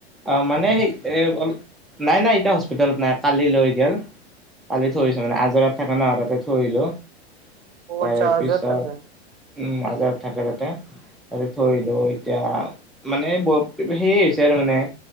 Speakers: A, in the centre; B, on the right.
A: অ মানে সেই এ নাই-নাই এতিয়া হস্পিটেলত নাই কালি লৈ গ'ল - কালি থৈছোঁ মানে আজৰাত থকা ন তাতে থৈ আহিলোঁ -
B: অ
A: তাৰে
B: আচ্ছা অহা
A: পিছত
B: যোৱাত থাকে
A: উম - থাকে তাতে-তাতে থৈ আহিলোঁ এতিয়া মানে ব সেয়া হৈছে আৰু মানে -